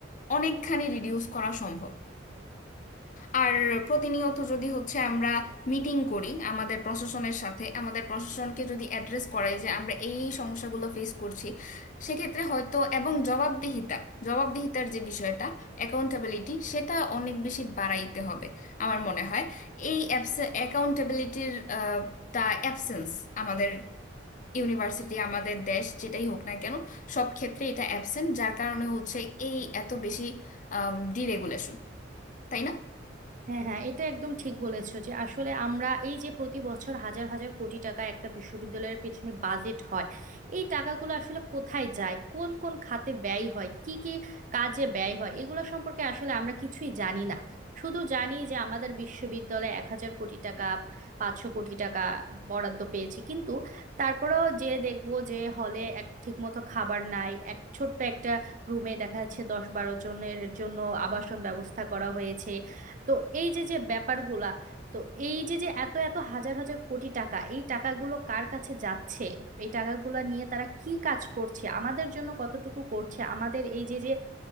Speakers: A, on the left; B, on the right.
A: অনেকখানি রিডিউস করা সম্ভব আর প্রতিনিয়ত যদি হচ্ছে আমরা মিটিং করি আমাদের প্রশাসনের সাথে আমাদের প্রশাসনকে যদি অ্যাড্রেস করাই যে আমরা এই এই সমস্যাগুলো ফেস করছি সেক্ষেত্রে হয়তো এবং জবাবদিহিতা জবাবদিহিতার যে বিষয়টা অ্যাকাউন্টেবিলিটি সেটা অনেক বেশি বাড়াইতে হবে আমার মনে হয় এই অ্যাকাউন্টেবিলিটির তা অ্যাবসেন্স আমাদের ইউনিভার্সিটি আমাদের দেশ যেটাই হোক না কেন সব ক্ষেত্রে এটা অ্যাবসেন্ট যার কারণে হচ্ছে এই এত বেশি ডিরেগুলেশন তাই না
B: হ্যাঁ হ্যাঁ এটা একদম ঠিক বলেছো যে আসলে আমরা এই যে প্রতি বছর হাজার হাজার কোটি টাকা একটা বিশ্ববিদ্যালয়ের পেছনে বাজেট হয় এই টাকাগুলো আসলে কোথায় যায় কোন কোন খাতে ব্যয় হয় কি কি কাজে ব্যয় হয় এগুলো সম্পর্কে আসলে আমরা কিছুই জানি না শুধু জানি যে আমাদের বিশ্ববিদ্যালয়ে এক হাজার কোটি টাকা পাঁচশো কোটি টাকা বরাদ্দ পেয়েছে কিন্তু তারপরেও যে দেখবো যে হলে এক ঠিকমতো খাবার নাই এক ছোট্ট একটা রুমে দেখা যাচ্ছে দশ বারো জনের জন্য আবাসন ব্যবস্থা করা হয়েছে তো এই যে যে ব্যাপারগুলা তো এই যে যে এত এত হাজার হাজার কোটি টাকা এই টাকাগুলো কার কাছে যাচ্ছে এই টাকাগুলো নিয়ে তারা কি কাজ করছে আমাদের জন্য কতটুকু করছে আমাদের এই যে যে